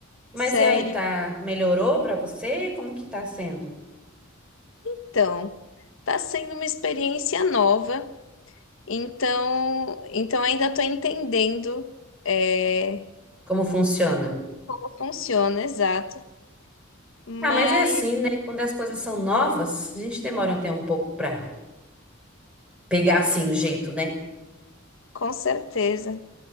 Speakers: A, in the centre; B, on the left.
A: Mas
B: Sério,
A: e aí, tá, melhorou pra você? Como que tá sendo?
B: então. Tá sendo uma experiência nova. Então, então ainda estou entendendo é,
A: Como funciona?
B: como funciona, exato. Mas
A: Ah, mas é assim, né? Quando as coisas são novas, a gente demora até um pouco pra pegar assim o jeito, né?
B: com certeza.